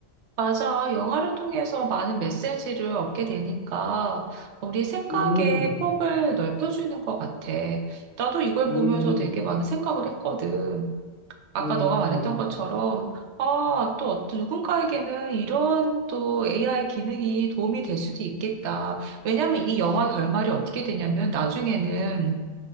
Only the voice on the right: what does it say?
맞아. 영화를 통해서 많은 메시지를 얻게 되니까 우리 생각의
폭을 넓혀주는 것 같아. 나도 이걸
보면서 되게 많은 생각을 했거든. 아까
너가 말했던 것처럼, 아, 또 어떤 누군가에게는 이런 또 AI 기능이 도움이 될 수도 있겠다. 왜냐면 이 영화 결말이 어떻게 되냐면 나중에는